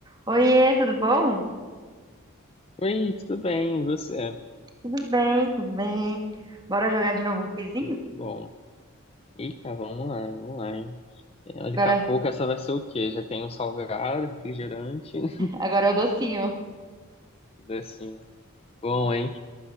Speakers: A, on the right; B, on the left.
A: Oiê, tudo bom?
B: Oi, tudo bem? E você?
A: Tudo bem, tudo bem. Bora jogar de novo um quizinho?
B: Que Bom, eita, vamos lá, vamos lá, hein? É, olha,
A: Agora,
B: Daqui a pouco essa vai ser o quê? Já tem um salgado, refrigerante, <laughs>
A: agora é o docinho.
B: tudo assim. né? Bom, hein?